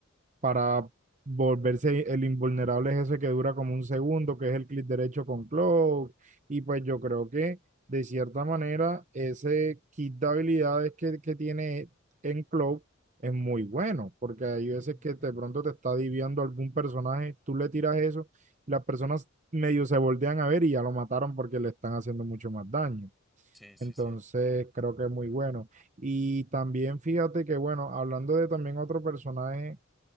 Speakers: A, on the right; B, in the centre.
A: para volverse el invulnerable es ese que dura como un segundo, que es el clic derecho con Cloak. Y pues yo creo que de cierta manera ese kit de habilidades que, que tiene en Cloak es muy bueno, porque hay veces
B: ujú.
A: que de pronto te está diviando algún personaje, tú le tiras eso, las personas medio se voltean a ver y ya lo mataron porque le están haciendo mucho más daño.
B: Sí, sí,
A: Entonces
B: sí.
A: creo que es muy bueno. Y también fíjate que, bueno, hablando de también otro personaje